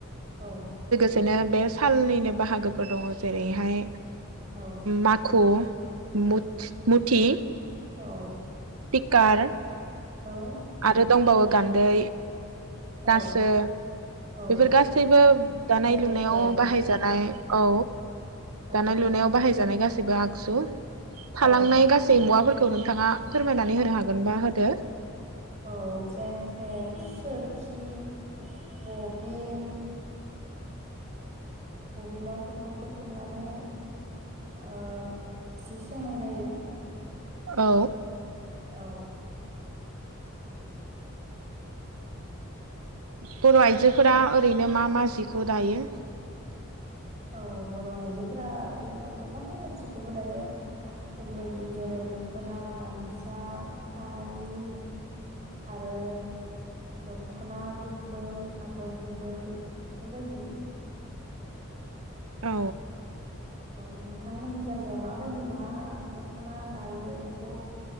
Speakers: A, on the right; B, on the right.
A: औ।
B: सेनो बे सालनिनो बाहागोफोर दङ जेरैहाय
A: औ
B: माखु मुथ मुथि
A: औ
B: पिकार
A: औ
B: आरो दंबावो गान्दै
A: औ
B: रासो
A: औ
B: बेफोर गासैबो दानाय-लुनायाव
A: जेन्थेर
B: बाहायजानाय औ।
A: औ
B: दानाय-लुनायाव बाहायजानाय गास सिबा आगजु थालांनाय
A: औ
B: गासै मुवाफोरखौ नोंथाङा फोरमायनानै होनो हागोनबा होदो।
A: औ जेनथेर सो रिखि <inaudible> बबिन बबिनाव खुन्दुंखौ थुननानै ओ जि सोंनाय जायो।
B: औ।
A: औ।
B: बर' आइजोफोरा ओरैनो मा मा जिखौ दायो?
A: औ बर' आइजोफोरा ओरैनो गोबां गासैखौबो दायो बायदि बायदि जेरै दख'ना, गामसा, फालि आरो दख'ना गुबै आगर गुबै बेफोरबायदि।
B: औ।
A: औ नोंथांमोननि जायगायाव माबायदि मा नख'ना दायो बेखौ